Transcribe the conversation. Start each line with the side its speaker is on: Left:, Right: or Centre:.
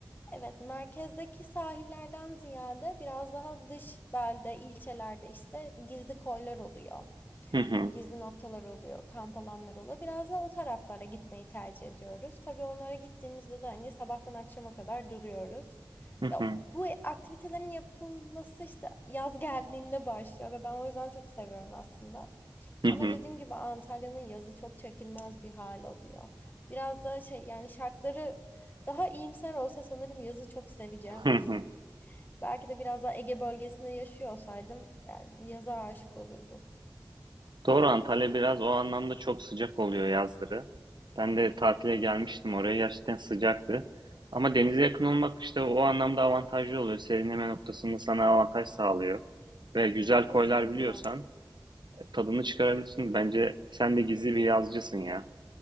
Left: Evet, merkezdeki sahillerden ziyade biraz daha dış belde, ilçelerde işte gizli koylar oluyor.
Right: Hı hı.
Left: Gizli noktalar oluyor, kamp alanları oluyor. Biraz da o taraflara gitmeyi tercih ediyoruz. Tabii onlara gittiğimizde de hani sabahtan akşama kadar duruyoruz.
Right: Hı
Left: Ya
Right: hı.
Left: bu aktivitelerin yapılması işte yaz geldiğinde başlıyor ve ben o yüzden çok seviyorum aslında.
Right: Hı
Left: Ama
Right: hı.
Left: dediğim gibi Antalya'nın yazı çok çekilmez bir hal alıyor. Biraz da şey yani şartları daha iyimser olsa sanırım yazı çok seveceğim.
Right: Hı hı.
Left: <laughs> Belki de biraz daha Ege bölgesinde yaşıyor olsaydım yani yaza aşık olurdum.
Right: Doğru Antalya biraz o anlamda çok sıcak oluyor yazları. Ben de tatile gelmiştim oraya gerçekten sıcaktı. Ama denize yakın olmak işte o anlamda avantajlı oluyor. Serinleme noktasında sana avantaj sağlıyor. Ve güzel
Left: Kesinlikle.
Right: koylar biliyorsan e, tadını çıkarabilirsin. Bence sen de gizli bir yazcısın ya.